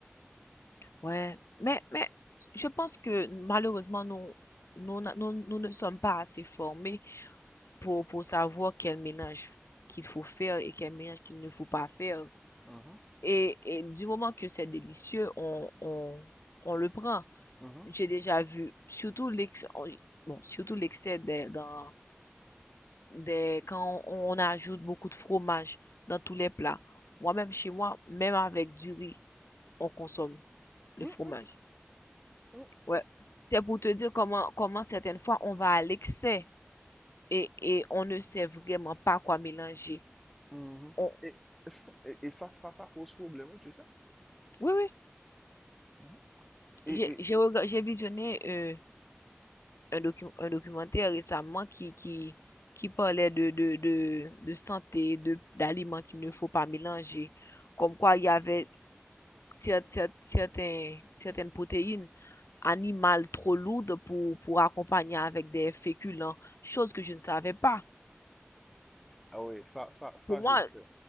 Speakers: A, on the left; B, in the centre.
A: Ouais. Mais, mais je pense que malheureusement, nous, nous, n'a- nous, nous ne sommes pas assez formés pour, pour savoir quel mélange qu'il faut faire et quel mélange qu'il ne faut pas faire.
B: Mhm,
A: Et, et du moment que c'est délicieux, on, on, on le prend.
B: mhm.
A: J'ai déjà vu, surtout l'excès, bon, surtout l'excès des- dans, des, quand on on ajoute beaucoup de fromage dans tous les plats. Moi-même, chez moi, même avec du riz, on consomme le
B: Mm,
A: fromage.
B: mm,
A: Ouais. C'est pour te dire comment, comment certaines fois on va à l'excès et, et on ne sait vraiment pas quoi mélanger.
B: mm, mhm.
A: On-
B: Et, et, et ça, ça, ça pose problème, oui, tu sais.
A: Oui, oui.
B: Mhm. Et,
A: J'ai
B: et-
A: j'ai rega- j'ai visionné euh, un, docu- un documentaire récemment qui, qui, qui parlait de, de, de, de santé, de, d'aliments qu'il ne faut pas mélanger. Comme quoi, il y avait cer- cer- certains, certaines protéines animal trop lourde pour, pour accompagner avec des féculents, chose que je ne savais pas.
B: ah ouais, ça, ça, ça,
A: Pour
B: je
A: moi,
B: le sais.